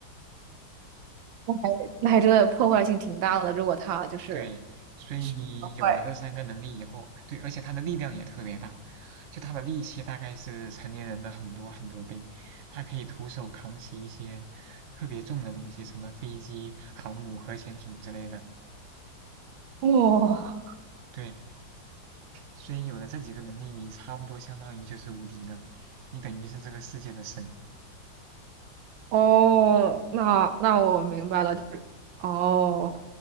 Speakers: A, on the right; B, on the right.
A: <laughs> 那还真的破坏性挺大的，如果他就是
B: 对，所以你有了这三个能力以后，
A: 坏人。
B: 对，而且他的力量也特别大，就他的力气大概是成年人的很多很多倍，他可以徒手扛起一些特别重的东西，什么飞机、航母、核潜艇之类的。
A: 哇、
B: 对，所以有了这几个能力，你差不多相当于就是无敌的，你等于是这个世界的神。
A: 哦，那那我明白了，就是哦，